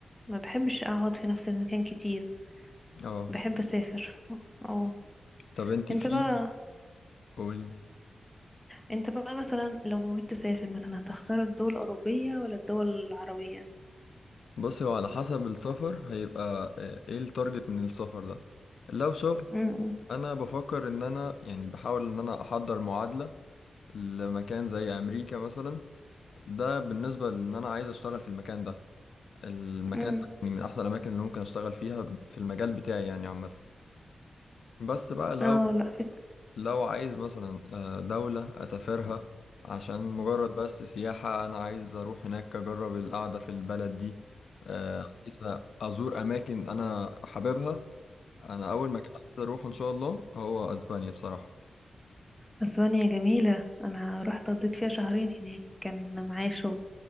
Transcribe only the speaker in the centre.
ما بحبش اقعد في نفس المكان كتير
بحب اسافر اه
انت
بقى
انت بقى مثلا لو نويت تسافر مثلا هتختار الدول الأوروبية ولا الدول العربية
امم
امم
اه لا فكرة
اسبانيا جميلة انا رحت قضيت فيها شهرين هناك كان معايا شغل